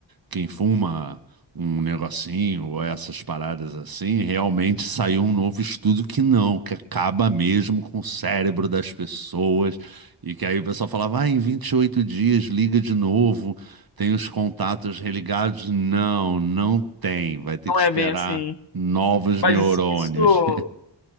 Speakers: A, on the right (about 50°); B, on the left (about 60°).
A: quem fuma um negocinho ou essas paradas assim, realmente saiu um novo estudo que não, que acaba mesmo com o cérebro das pessoas. E que aí o pessoal falava, ah, em 28 dias liga de novo, tem os contatos religados. Não, não tem, vai ter
B: Não
A: que esperar
B: é bem assim.
A: novos
B: Mas
A: neurônios.
B: isso, isso